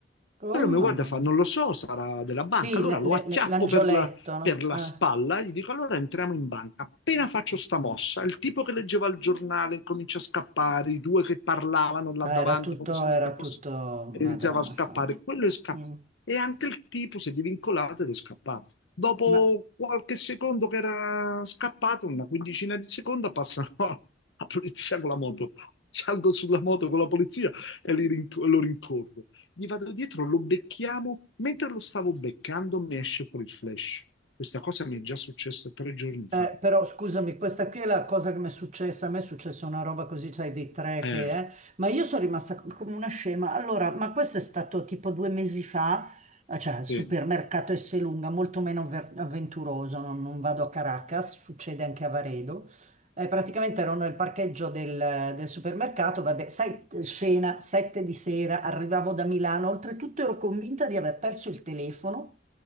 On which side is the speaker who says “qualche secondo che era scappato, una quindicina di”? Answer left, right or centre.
Left